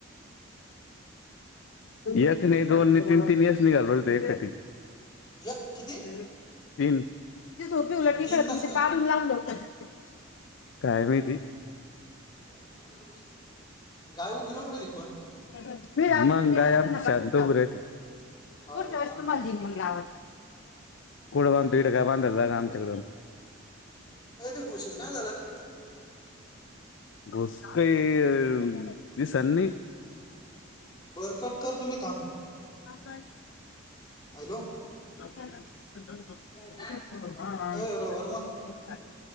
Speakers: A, on the left; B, on the left.
A: एक नाही दोन नाही तीन, तीन यसनी घालू राहिले एक खट्टी.
B: एक किती?
A: तीन, ती सोपी उलट,
B: तीन
A: कळत
B: कस
A: नाय ते
B: काय
A: काढून लावलं होत. काय माहिती
B: अवघडच हे, गाय उभी राहु राहिली क पण?
A: हं लावते, मंग गाई आपली शांत उभी राहयती.
B: हा
A: पुढच्या वेळेस
B: बांधला
A: तुम्हाला
B: असं
A: दिईन मंग लावायला, कुठं बांधतो इड गाई बांधायला जागा आमच्या कडं.
B: अय तेे घुशीच काय झालं रे?
A: घूस काही अ दिसेना नयी
B: बर कट करतो मी थांब.
A: आता
B: हॅलो
A: <unintelligible>
B: दादा हो ए रो वर्मा